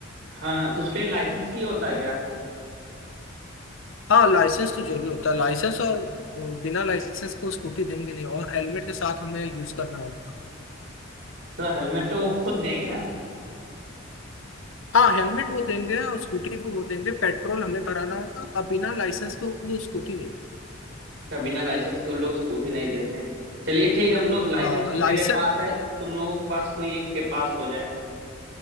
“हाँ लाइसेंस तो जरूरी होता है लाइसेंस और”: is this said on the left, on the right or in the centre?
Left